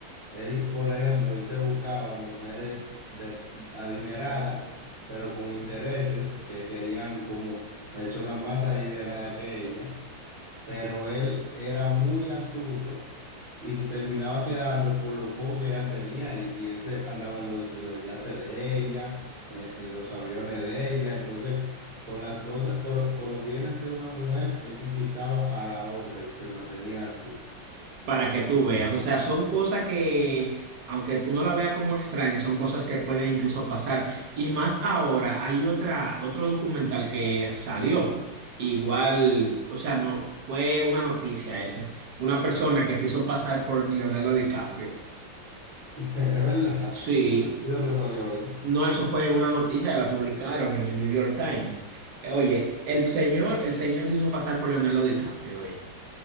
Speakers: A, on the right; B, on the right.
A: él, por ejemplo, él se buscaba mujeres de, adineradas, pero con intereses que querían como personas más adineradas que ella pero él era muy astuto y se terminaba quedando con lo poco que ella tenía y, y él se andaba en, los en los yates de ella, en, en los aviones de ella, entonces con las cosas, con, con los bienes de una mujer, él conquistaba a la otra y se mantenía así.
B: para que tú veas. O sea, son cosas que, aunque uno la vea como extraña, son cosas que pueden incluso pasar. Y más ahora, hay otra, otro documental que salió. Igual, o sea, no fue una noticia ese. Una persona que se hizo pasar por Leonardo DiCaprio.
A: <laughs> Es verdad.
B: Sí,
A: ¿Y dónde salió eso?
B: no, eso fue una noticia que la publicaron en el New York Times. Oye, el señor, el señor se hizo pasar por Leonardo DiCaprio, oye.